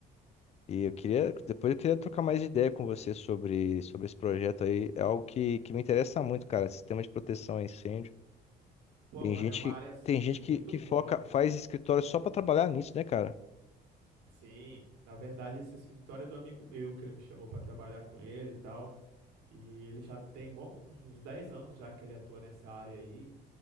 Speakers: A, on the left; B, on the right.
A: E eu queria, depois eu queria trocar mais ideia com você sobre, sobre esse projeto aí. É algo que, que me interessa muito, cara, sistema de proteção a incêndio.
B: Pô,
A: Tem
B: mano,
A: gente,
B: é uma área assim
A: tem gente
B: muito
A: que, que
B: boa.
A: foca, faz escritório só pra trabalhar nisso, né, cara?
B: Sim, na verdade, esse escritório é do amigo meu, que ele me chamou pra trabalhar com ele e tal. E ele já tem bom, uns 10 anos já que ele atua nessa área aí.